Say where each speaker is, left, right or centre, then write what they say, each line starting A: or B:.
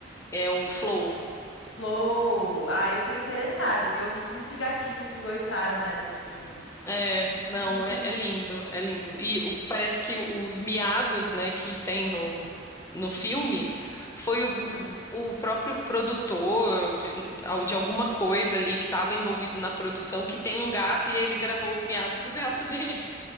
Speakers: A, on the left (about 15°); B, on the left (about 90°).
A: É o Flow.
B: Flow. Ah, eu tô interessada, viu? Eu vi que muitos gatinhos gostaram, né, desse filme.
A: É, não,
B: <laughs>
A: é, é lindo, é lindo. E o- parece que os miados, né, que tem no, no filme foi o,
B: Uhum.
A: o próprio produtor de, de alguma coisa ali que estava envolvido na produção que tem um gato e ele gravou os miados do gato <laughs> dele.